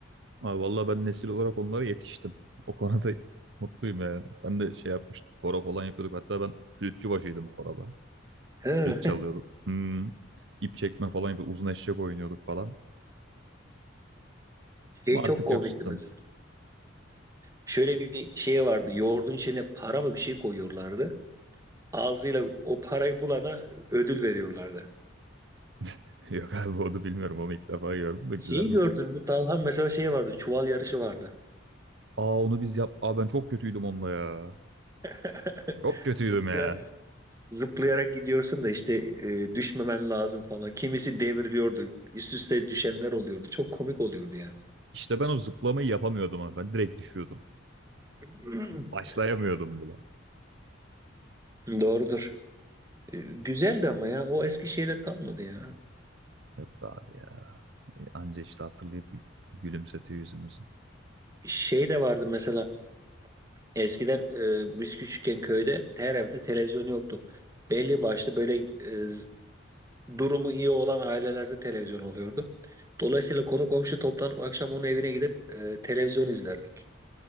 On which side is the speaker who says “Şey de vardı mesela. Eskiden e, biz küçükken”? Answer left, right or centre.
Right